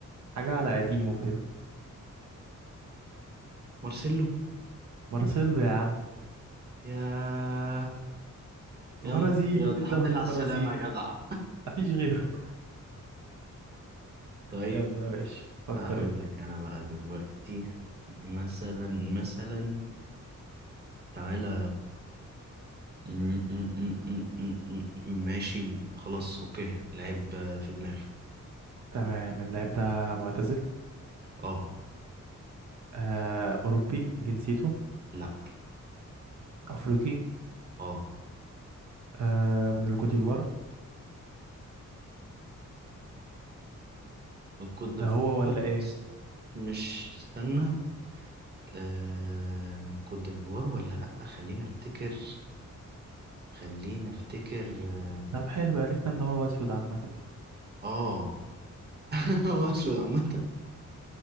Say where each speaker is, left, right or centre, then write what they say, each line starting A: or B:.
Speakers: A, on the right (about 65°); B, on the right (about 35°).
A: حاجة على قديمه كده
B: مارسيلو
A: مارسيلو يا عم
B: يا
A: برازيلي
B: يا نهار ابيض
A: في الدوري
B: الحمد لله
A: البرازيلي
B: على السلامة يا جدع
A: مفيش غيره
B: طيب
A: يلا يا باشا فكر
B: اقول
A: انت
B: لك انا بقى دلوقتي مثلا مثلا تعالى م- م- م- م- م- م- ماشي خلاص اوكي لعيب آه، في دماغي
A: تمام اللاعب ده معتزل
B: اه
A: آه أوروبي جنسيته
B: لا
A: أفريقي
B: اه
A: آه من الكوتيفوار
B: من كوت ديفوار
A: ده هو ولا إيه؟
B: بس مش استنى آه من كوت ديفوار ولا لا خلينا افتكر خلينا افتكر اه
A: طب حلو عرفنا إن هو أسود عامة
B: آه. <laughs> هو اسود عامة